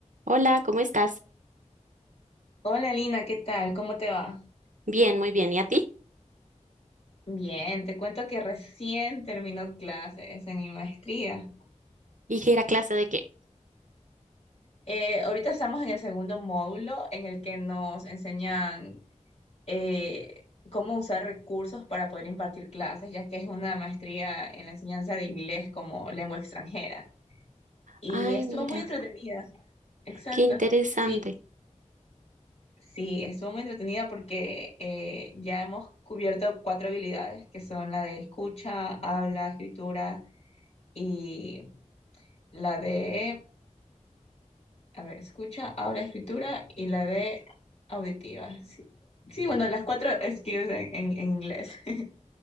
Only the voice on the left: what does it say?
Hola Lina, ¿qué tal? ¿Cómo te va?
Bien, te cuento que recién terminó clases en mi maestría.
Eh, ahorita estamos en el segundo módulo en el que nos enseñan eh, cómo usar recursos para poder impartir clases, ya que es una maestría en la enseñanza de inglés como lengua extranjera. Y
estuvo
muy entretenida. Exacto.
Sí, sí, estuvo muy entretenida porque eh, ya hemos cubierto cuatro habilidades que son la de escucha, habla, escritura y la de, a ver, escucha, habla, escritura y la de auditiva. Sí, sí bueno, las cuatro skills en, en- en inglés. <laughs>